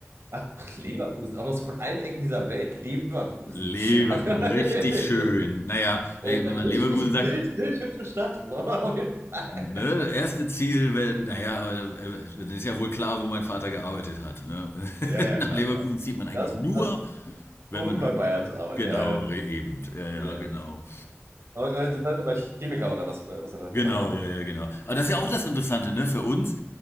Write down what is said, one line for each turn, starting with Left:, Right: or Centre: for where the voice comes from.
Right: Ach, Leverkusen, auch noch so von allen Ecken dieser Welt. Leverkusen.
Left: Leverkusen,
Right: Also, <laughs>
Left: richtig schön. Naja, wenn
Right: äh,
Left: wenn
Right: richtig
Left: man Leverkusen sagt,
Right: wild, wild hübsche Stadt. So, auf jeden Fall.
Left: ne, erste Ziel, wenn, naja, aber da, äh, dann ist ja wohl klar, wo mein Vater gearbeitet hat. Ne?
Right: Ja,
Left: <laughs>
Right: ja,
Left: Nach
Right: klar,
Left: Leverkusen
Right: klar.
Left: zieht man eigentlich
Right: Das,
Left: nur,
Right: das
Left: wenn
Right: Um
Left: man irgend-
Right: bei Bayern zu arbeiten,
Left: genau,
Right: ja, ja.
Left: re- eben, ja, ja,
Right: Ja.
Left: genau.
Right: Aber äh, das heißt aber Chemiker oder was, äh, was hat dein
Left: Genau,
Right: Papa gemacht?
Left: ja, ja, genau. Aber das ist
Right: Ja.
Left: ja auch das Interessante, ne? Für uns,